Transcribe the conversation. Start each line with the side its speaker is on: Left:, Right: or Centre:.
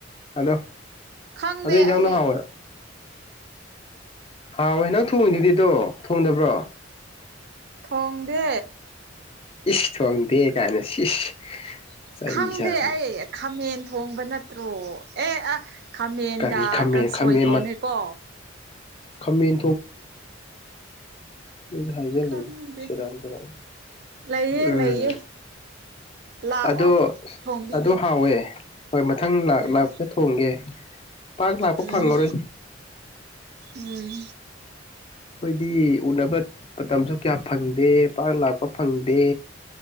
Left: ꯑꯗꯣ
Right: ꯈꯪꯗꯦ
Left: ꯑꯗꯨ ꯏꯟꯖꯥꯡꯗꯣ
Right: ꯑꯩ
Left: ꯍꯥꯎꯋꯦ ꯍꯥꯎ ꯑꯦ ꯅꯪ ꯊꯣꯡꯉꯤꯗꯨꯗꯤ ꯑꯗꯣ ꯊꯣꯡꯗꯕ꯭ꯔꯣ
Right: ꯊꯣꯡꯗꯦ
Left: ꯏꯁ ꯊꯣꯡꯗꯦ ꯀꯥꯏꯅ ꯁꯤꯁ ꯆꯩ
Right: ꯈꯪꯗꯦ
Left: ꯆꯥꯅꯤ
Right: ꯑꯩ ꯈꯥꯃꯦꯟ ꯊꯣꯡꯕ ꯅꯠꯇ꯭ꯔꯣ ꯑꯦ ꯑꯥ ꯈꯥꯃꯦꯟꯒ
Left: ꯀꯔꯤ ꯈꯥꯃꯦꯟ
Right: ꯀꯥꯡꯁꯣꯏ
Left: ꯈꯥꯃꯦꯟ
Right: ꯊꯣꯡꯉꯦꯀꯣ
Left: ꯈꯥꯃꯦꯟ ꯑꯗꯨꯁꯨ ꯍꯥꯏꯖꯂꯤ
Right: ꯈꯪꯗꯦ
Left: ꯁꯦꯔꯥꯟ ꯇꯨꯔꯥꯟ
Right: ꯂꯩꯌꯦ
Left: ꯎꯝ
Right: ꯂꯩꯌꯦ ꯂꯥꯛꯑꯣ
Left: ꯑꯗꯣ
Right: ꯊꯣꯡꯕꯤꯒꯦ
Left: ꯑꯗꯨ ꯍꯥꯎꯋꯦ ꯍꯣꯏ ꯃꯊꯪ ꯂꯥꯛ
Right: ꯎꯝ
Left: ꯂꯥꯛꯄ ꯊꯣꯡꯒꯦ ꯄꯥꯛ ꯂꯥꯛꯄ
Right: ꯎꯝ
Left: ꯐꯪꯉꯔꯣꯏ
Right: ꯎꯝ
Left: ꯑꯩꯈꯣꯏꯗꯤ ꯎꯅꯕ ꯃꯇꯝꯁꯨ ꯀꯌꯥ ꯐꯪꯗꯦ ꯄꯥꯛ ꯂꯥꯛꯄ ꯐꯪꯗꯦ